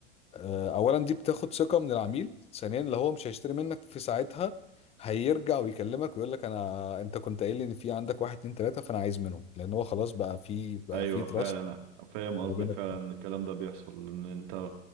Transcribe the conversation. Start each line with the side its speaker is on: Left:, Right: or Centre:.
Left: آه، اولا دي بتاخد ثقه من العميل ثانيا اللي هو مش هيشتري منك في ساعتها هيرجع ويكلمك ويقول لك انا انت كنت قايل لي ان في عندك واحد اتنين تلاته فانا عايز منهم لان هو خلاص بقى في بقى
Right: ايوه
Left: في تراست
Right: فعلا فاهم قصدك
Left: ما بينك
Right: فعلا إن الكلام ده بيحصل ان انت